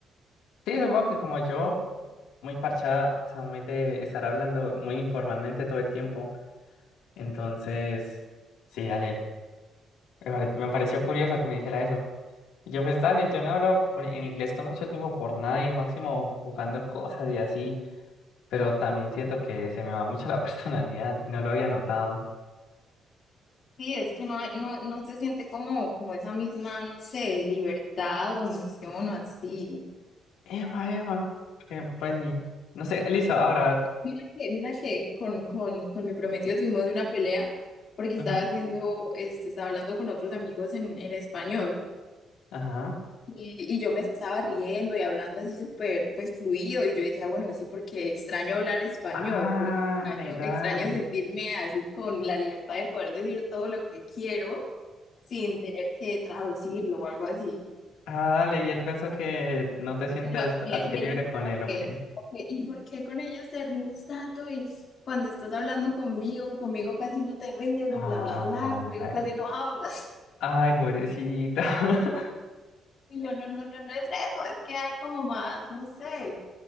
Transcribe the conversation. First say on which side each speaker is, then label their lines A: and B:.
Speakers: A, on the left (about 90°); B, on the left (about 60°).
A: Sí, supongo que como yo, muy parchada, o sea, muy de estar hablando muy informalmente todo el tiempo. Entonces, sí, dale. Me pare- me pareció curioso que me dijera eso. Y yo, pues dale, yo no hablo por- en inglés con mucho tiempo por nadie, máximo jugando cosas y así. Pero también siento que se me va mucho la <laughs> personalidad y no lo había notado.
B: Sí, es que no, hay- no, no se siente como, como esa misma, no sé, libertad o emoción o así.
A: Eva, Eva. Porque, pues, ni... no sé, listo, ahora.
B: Mira que, mira que con, con, con mi prometido tuvimos una pelea porque estaba
A: Ujú,
B: haciendo, este, estaba hablando con otros amigos en, en español
A: Ajá.
B: y, y yo me estaba riendo y hablando así súper, pues fluido y yo decía, bueno, sí, porque extraño hablar español,
A: Ah,
B: porque extraño,
A: verdad.
B: extraño sentirme así con la libertad de poder decir todo lo que quiero sin tener que traducirlo o algo así.
A: Ah, dale, y él pensó que no te sientes
B: No, y
A: así
B: él,
A: de
B: y él
A: libre
B: dijo
A: con
B: como
A: él,
B: que,
A: ¿ok?
B: ok, ¿y por qué con ellos te ríes tanto? Y cuando estás hablando conmigo, conmigo casi no te ríes,
A: Ah,
B: y bla, bla, bla,
A: dale.
B: conmigo casi no hablas.
A: Ay, pobrecito. <laughs>
B: Y yo, no, no, no, no es eso, es que hay como más, no sé,